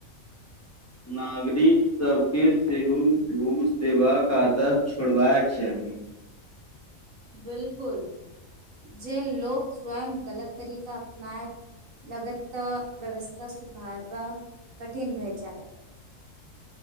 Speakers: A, on the left; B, on the right.
A: नागरिक सबके सेहो घूस देबा क आदत छोड़बाक चाही
B: बिल्कुल जे लोक स्वयं गलत तरीका अपनाएऐप लागत तऽ व्यवस्था सुधारबऽ कठिन भए जाय।